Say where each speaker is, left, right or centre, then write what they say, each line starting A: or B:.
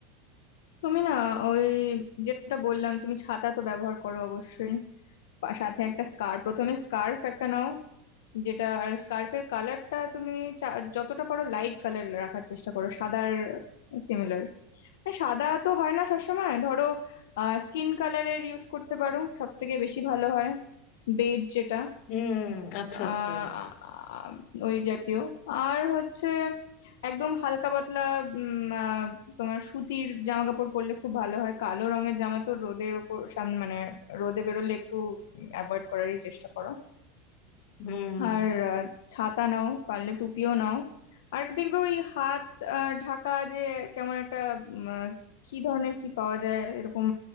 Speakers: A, on the left (about 85°); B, on the left (about 55°).
A: তুমি না ওই যেটা বললাম তুমি ছাতা তো ব্যবহার করো অবশ্যই পা- সাথে একটা স্কার্ফ প্রথমে স্কার্ফ একটা নাও যেটা আর স্কার্ফের কালারটা তুমি চা- যতটা পারো লাইট কালার রাখার চেষ্টা করো সাদার সিমিলার সাদা তো হয় না সবসময় ধরো স্কিন কালারের ইউজ করতে পারো সব থেকে বেশি ভালো হয় বেজ যেটা
B: হুম আচ্ছা
A: আহ,
B: আচ্ছা
A: আ- আ- ওই জাতীয় আর হচ্ছে একদম হালকা পাতলা উম, আহ, তোমার সুতির জামা কাপড় পরলে খুব ভালো হয় কালো রঙের জামা তো রোদের ওপর সামনে মানে রোদে বেরোলে একটু অ্যাভয়েড করারই চেষ্টা করো
B: হুম
A: আর আহ, ছাতা নাও পারলে টুপিও নাও আর দেখবে ওই হাত আহ, ঢাকা যে কেমন একটা উম, আহ, কি ধরনের কি পাওয়া যায় এরকম